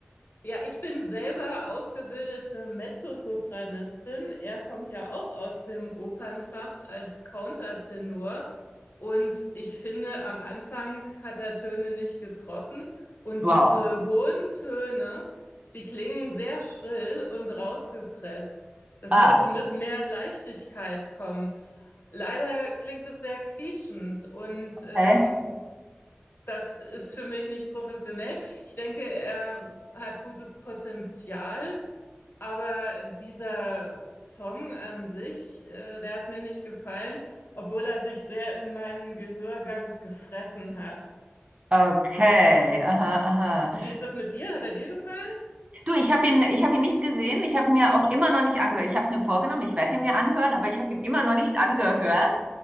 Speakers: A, on the left; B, on the right.
A: Ja, ich bin selber ausgebildete Mezzosopranistin. Er kommt ja auch aus dem Opernfach als Countertenor. Und ich finde, am Anfang hat er Töne nicht getroffen. Und
B: Wow.
A: diese hohen Töne, die klingen sehr schrill und rausgepresst. Das
B: Ah,
A: müsste mit mehr Leichtigkeit kommen. Leider klingt es sehr quietschend und
B: okay.
A: ähm, das ist für mich nicht professionell. Ich denke, er hat gutes Potenzial, aber dieser Song an sich, äh, der hat mir nicht gefallen, obwohl er sich sehr in meinen Gehörgang gefressen hat.
B: Okay, aha, aha.
A: Und Wie ist das mit dir? Hat er dir gefallen?
B: Du, ich habe ihn, ich hab ihn nicht gesehen. Ich habe mir auch immer noch nicht angehört. Ich habe es mir vorgenommen, ich werde ihn mir anhören, aber ich habe ihn immer noch nicht angehört.